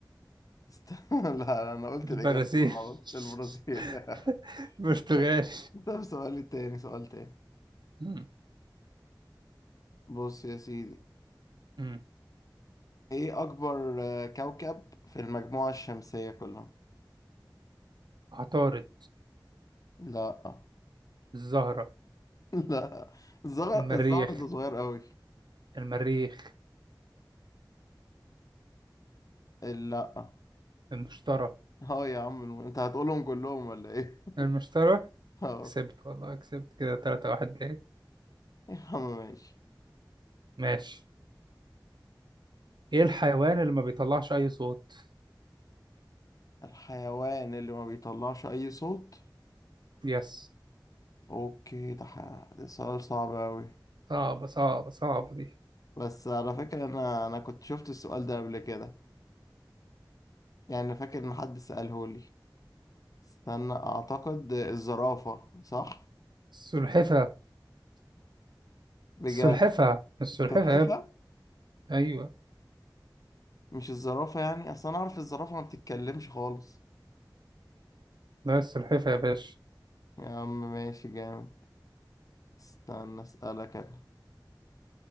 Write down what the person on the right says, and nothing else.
البرازيل
<laughs>
برتغالي
مم.
مم.
عطارد
الزهرة
المريخ
المريخ
المشتري
المشتري
كسبت والله كسبت كده تلاتة واحد ليه
ماشي ايه الحيوان اللي ما بيطلعش اي صوت
يس
صعبة صعبة صعبة دي
السلحفة
السلحفة السلحفة
يا ابني ايوه
لا السلحفة يا باشا